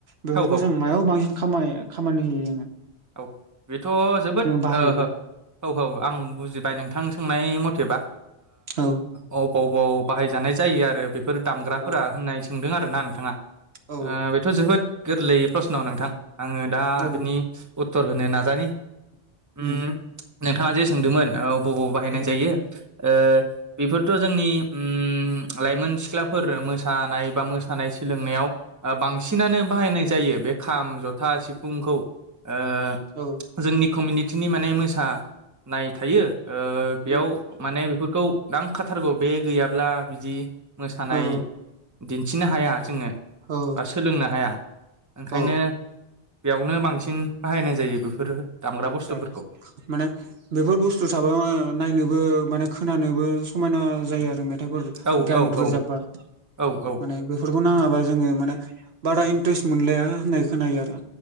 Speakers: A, on the right; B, on the right.
A: बेफोरखौ
B: औ
A: जों मायाव बांसिन खाम खामानि होयो जोंङो
B: औ बेथ' जोबोद
A: बाहायो
B: ओ हो औ औ आं बुजिबाय नोंथां सोंनाय मथेबा
A: औ
B: ओ अबाव बबाव बाहायजानाय जायो आरो बेफोर फोर दामग्राफोरा
A: औ
B: होननाय सोंदों आरो ना नोंथाङा
A: औ
B: ओ बेथ' जोबोद गोरलैयै प्रसन' नोंथां आंङो दा
A: औ
B: बिनि उत्तर होनो नाजानि
A: <unintelligible>
B: उम नोंथाङा जे सोंदोंमोन बबाव बाहायनाय
A: ओ
B: जायो ओ बेफोरथ' जोंनि उम लाइमोन सिख्लाफोर मोसानाय बा मोसानाय सोलोंनायाव ओ बांसिनानो बाहायनाय जायो बे खाम जथा सिफुंखौ ओ
A: औ
B: जोंनि कमिउनिटिनि माने मोसानाय थायो। ओ बेयाव
A: उम
B: माने बेफोरखौ नांखाथारगौ बे गैयाब्ला बिदि मोसानाय
A: औ
B: दिन्थिनो हाया जोंङो।
A: औ
B: बा सोलोंनो हाया ओंखायनो
A: औ
B: बेयावनो बांसिन बाहायनाय जायो बेफोर दामग्रा
A: आदसा
B: बुस्थुफोरखौ
A: माने बेफोर बुस्थु थाबा नायनोबो माने खोनानोबो समायना जायो आरो मेथ थाइफोर
B: औ
A: गान
B: औ
A: रोजाबबा
B: औ औ औ
A: माने बेफोरखौ नांङाबा जोंङो माने बारा इन इन्ट्रेस्ट मोनलाया होननाय खोनायो आरो